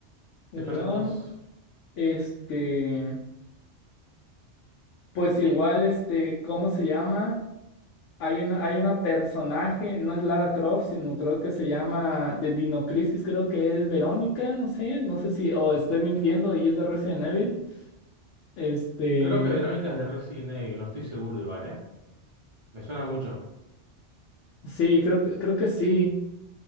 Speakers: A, on the right; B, on the left.
A: Te
B: León,
A: faltan dos.
B: este, pues igual,
A: ¿Qué?
B: este, ¿cómo se llama? Hay una, hay una personaje, no es Lara Croft, sino creo que se llama de Dino Crisis, creo que es Verónica, no sé, no sé si, o estoy mintiendo y es de Resident Evil Este,
A: Creo que Verónica es de Resident Evil, no estoy seguro igual, ¿eh? Me suena mucho.
B: sí, creo que, creo que sí,